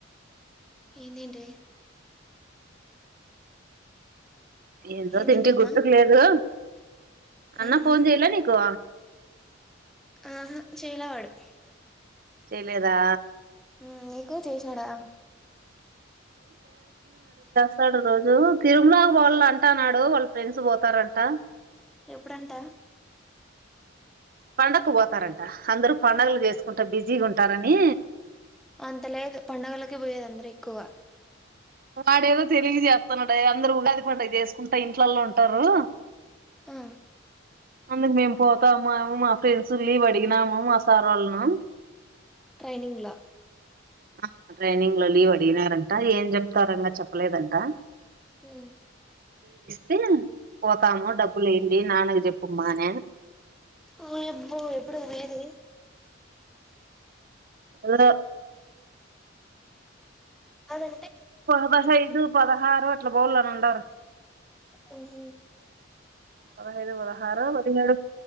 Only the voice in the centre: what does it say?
ఏంటింట
ఏం
తింటివమ్మా
ఉహు
ఆహా చేలా వాడు
మ్ నీకు చేసినాడా
ఎప్పుడంట
అంతలేద్ పండగలకే పోయేది అందరు ఎక్కువ
ఆ
ట్రైనింగ్లా
మ్
ఒయబ్బో ఎప్పుడే పోయేది
అదే
మ్